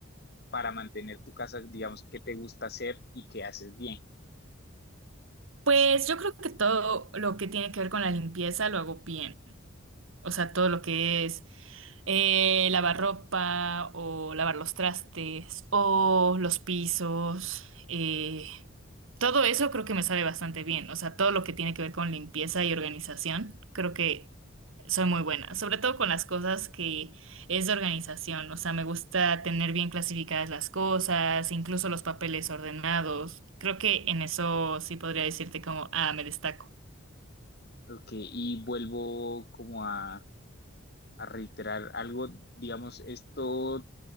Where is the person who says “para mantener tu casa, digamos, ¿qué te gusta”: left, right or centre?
Left